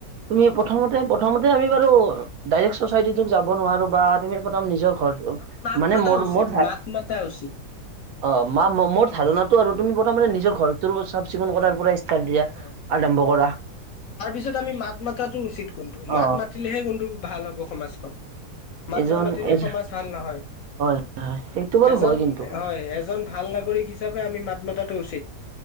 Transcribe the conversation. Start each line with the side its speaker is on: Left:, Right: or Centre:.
Right: তুমি প্ৰথমতে প্ৰথমতে আমি বাৰু ডাইৰে ছচাইটি তোক যাব নোৱাৰো বা তুমি প্ৰথম নিজৰ ঘৰ- টো
Left: আমি মাত
Right: মানে
Left: মাতা
Right: মোৰ
Left: উচিত
Right: মোৰ
Left: মাত মাতা উচিত
Right: অ মা মোৰ ধাৰণাটো আৰু তুমি প্ৰথমতে নিজৰ ঘৰটোৰ চাফ-চিকুণ কৰাৰ পৰাই-
Left: হয়
Right: কাজিয়া
Left: হয় হয়
Right: আৰম্ভ কৰ
Left: তাৰপিছত আমি মাত মাতাটো উচিত কিন্তু
Right: অ
Left: মাত মাতিলেহে কিন্তু ভাল হ'ব সমাজ- খন। মাত
Right: এজন
Left: নামাতিলে
Right: এ
Left: সমাজ ভাল নহয়।
Right: হয় সেইটো বাৰু
Left: এজন
Right: হয় কিন্তু
Left: হয়। এজন ভাল নাগৰিক হিচাপে আমি মাত মাতাটো উচিত।